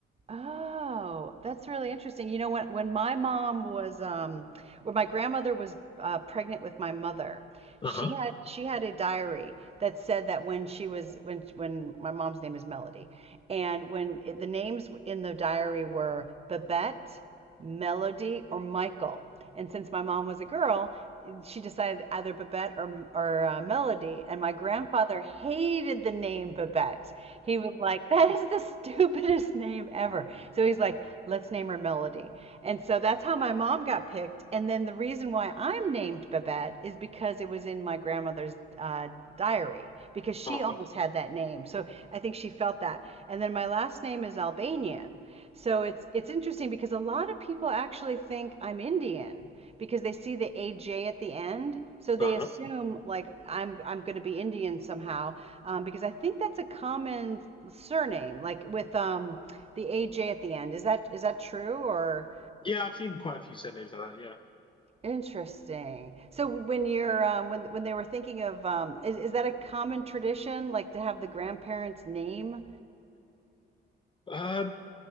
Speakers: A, on the right; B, on the left.
A: Oh, that's really interesting. You know, when when my mom was um when my grandmother was uh, pregnant with my mother, she
B: Uh-huh.
A: had she had a diary that said that when she was when when my mom's name is Melody, and when it, the names in the diary were Babette Melody or Michael. And since my mom was a girl, she decided either Babette or or uh, Melody. And my grandfather hated the name Babette. He was like, "That is the <laughs> stupidest name ever." So he's like, "Let's name her Melody." And so that's how my mom got picked. And then the reason why I'm named Babette is because it was in my grandmother's uh, diary because she
B: <laughs> Oh,
A: almost had that name. So I think she felt that. And then my last name is Albanian. So it's it's interesting because a lot of people actually think I'm Indian because they see the AJ at the end, so they
B: uh-huh.
A: assume like I'm I'm going to be Indian somehow um, because I think that's a common surname, like with um, the AJ at the end. Is that is that true or
B: Yeah, I've seen quite a few surnames like that. Yeah.
A: interesting? So when you're um, when when they were thinking of um, is is that a common tradition like to have the grandparents' name?
B: Um,